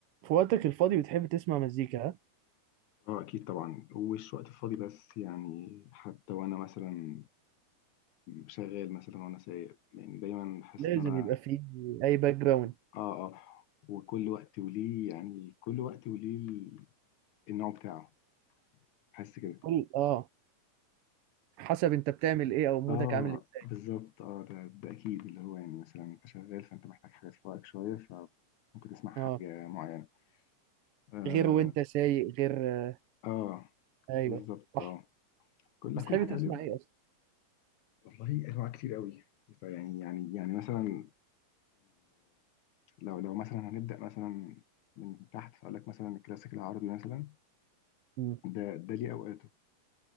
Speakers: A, on the right (about 70°); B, on the left (about 80°).
A: في وقتك الفاضي بتحب تسمع مزيكا ها؟
B: اه اكيد طبعا وش وقت فاضي بس يعني حتى وانا مثلا شغال مثلا وانا سايق يعني دايما بحس
A: لازم
B: ان انا
A: يبقى فيه اي باك جراوند
B: اه اه وكل وقت وليه يعني كل وقت وليه ال- النوع بتاعه بحس كده
A: كل اه حسب انت بتعمل ايه او مودك
B: اه
A: عامل ازاي
B: بالظبط اه ده, ده اكيد اللي هو يعني مثلا انت شغال فانت محتاج حاجه تفوقك شويه فممكن تسمع حاجه
A: اه
B: معينه اه
A: غير وانت سايق غير آه.
B: اه
A: ايوه
B: بالظبط
A: صح
B: اه كل
A: بتحب
B: كل حاجه
A: تسمع
B: ليه
A: ايه اصلا
B: والله انواع كتير قوي فيعني يعني يعني مثلا لو لو مثلا هنبدأ مثلا من تحت فأقول لك مثلا الكلاسيك العربي مثلا
A: مم.
B: ده ده ليه أوقاته